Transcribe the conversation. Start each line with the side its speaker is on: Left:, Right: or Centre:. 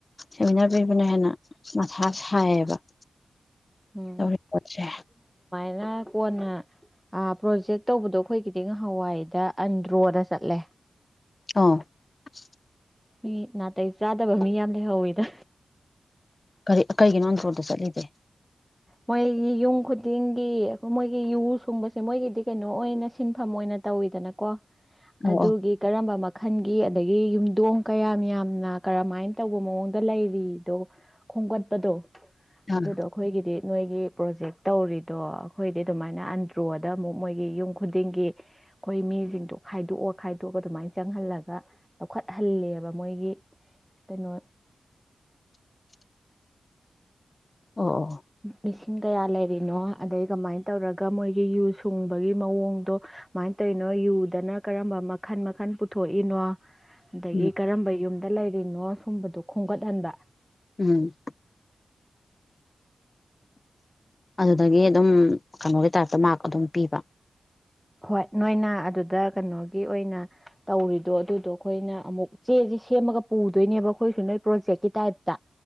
Left: ꯁꯦꯃꯤꯅꯥꯔ ꯄꯤꯕꯅ ꯍꯦꯟꯅ ꯃꯊꯥ ꯁꯥꯏꯌꯦꯕ
Centre: ꯎꯝ
Left: ꯇꯧꯔꯤ
Centre: <unintelligible>
Left: ꯄꯣꯠꯁꯦ
Centre: ꯐꯖꯥꯅ ꯀꯣꯟꯅ ꯄ꯭ꯔꯣꯖꯦꯛ ꯇꯧꯕꯗꯣ ꯑꯩꯈꯣꯏꯒꯤꯗꯤ ꯉꯍꯥꯋꯥꯏꯗ ꯑꯟꯗ꯭ꯔꯣꯗ ꯆꯠꯂꯦ
Left: ꯑꯥ <unintelligible>
Centre: ꯃꯤ ꯅꯥꯇꯩ ꯆꯥꯗꯕ ꯃꯤ ꯌꯥꯝ ꯂꯩꯍꯧꯋꯤꯗ
Left: ꯀꯔꯤ ꯀꯩꯒꯤꯅꯣ ꯑꯟꯗ꯭ꯔꯣꯗ ꯆꯠꯂꯤꯗꯤ
Centre: ꯃꯣꯏꯒꯤ ꯌꯨꯝ ꯈꯨꯗꯤꯡꯒꯤ ꯃꯣꯏꯒꯤ ꯌꯨ ꯁꯨꯡꯕꯁꯦ ꯃꯣꯏꯒꯤꯗꯤ ꯀꯩꯅꯣ ꯑꯣꯏꯅ ꯁꯤꯟꯐꯝ ꯑꯣꯏꯅ ꯇꯧꯋꯤꯗꯅꯀꯣ
Left: ꯑꯧ
Centre: ꯑꯗꯨꯒꯤ
Left: ꯑꯧ
Centre: ꯙꯔꯃ ꯃꯥꯈꯜ ꯒꯤ ꯑꯗꯒꯤ ꯌꯨꯝꯗꯣꯡ ꯀꯌꯥꯝ ꯌꯥꯝꯅ ꯀꯔꯝꯍꯥꯏꯅ ꯇꯧꯕ ꯃꯑꯣꯡꯗ ꯂꯩꯔꯤꯗꯣ ꯈꯣꯝꯒꯠꯄꯗꯣ ꯑꯗꯨꯗꯣ
Left: ꯑꯥ
Centre: ꯍꯈꯣꯏꯒꯤꯗꯤ ꯅꯣꯏꯒꯤ ꯄ꯭ꯔꯣꯖꯦꯛ ꯇꯧꯔꯤꯗꯣ ꯑꯩꯈꯣꯏꯗꯤ ꯑꯗꯨꯃꯥꯏꯅ ꯑꯟꯗ꯭ꯔꯣꯗ ꯑꯃꯨꯛ ꯃꯣꯏꯒꯤ ꯌꯨꯝ ꯈꯨꯗꯤꯡꯒꯤ ꯑꯩꯈꯣꯏ ꯃꯤꯁꯤꯡꯗꯣ ꯈꯥꯏꯗꯣꯛꯑ ꯈꯥꯏꯗꯣꯛꯑ ꯑꯗꯨꯃꯥꯏꯅ ꯆꯪꯍꯜꯂꯒ ꯂꯧꯈꯠꯍꯜꯂꯦꯕ ꯃꯣꯏꯒꯤ ꯀꯩꯅꯣ
Left: <inaudible> ꯑꯣ ꯑꯣ
Centre: ꯃꯤꯁꯤꯡ ꯀꯌꯥ ꯂꯩꯔꯤꯅꯣ ꯑꯗꯩ ꯀꯃꯥꯏꯅ ꯇꯧꯔꯒ ꯃꯣꯏꯒꯤ ꯌꯨ ꯁꯨꯡꯕꯒꯤ ꯃꯑꯣꯡꯗꯣ ꯀꯨꯃꯥꯏꯅ ꯇꯧꯔꯤꯅꯣ ꯌꯨꯗꯅ ꯀꯔꯝꯕ ꯃꯈꯟ ꯃꯈꯟ ꯄꯨꯊꯣꯛꯏꯅꯣ ꯑꯗꯒꯤ
Left: ꯎꯝ
Centre: ꯀꯔꯝꯕ ꯌꯨꯝꯗ ꯂꯩꯔꯤꯅꯣ ꯁꯨꯝꯕꯗꯣ ꯈꯣꯝꯒꯠꯍꯟꯕ
Left: ꯎꯝ ꯑꯗꯨꯗꯒꯤ ꯑꯗꯨꯝ ꯀꯩꯅꯣꯒꯤ ꯇꯥꯏꯞꯇ ꯃꯥꯔꯛ ꯑꯗꯨꯝ ꯄꯤꯕ
Centre: ꯍꯣꯏ ꯅꯣꯏꯅ ꯑꯗꯨꯗ ꯀꯩꯅꯣꯒꯤ ꯑꯣꯏꯅ ꯇꯧꯔꯤꯗꯣ ꯑꯗꯨꯗꯣ ꯑꯩꯈꯣꯏꯅ ꯑꯃꯨꯛ ꯆꯦ ꯁꯦꯝꯃꯒ ꯄꯨꯗꯣꯏꯅꯦꯕ ꯑꯩꯈꯣꯏꯁꯨ ꯅꯣꯏ ꯄ꯭ꯔꯣꯖꯦꯛꯀꯤ ꯇꯥꯏꯞꯇ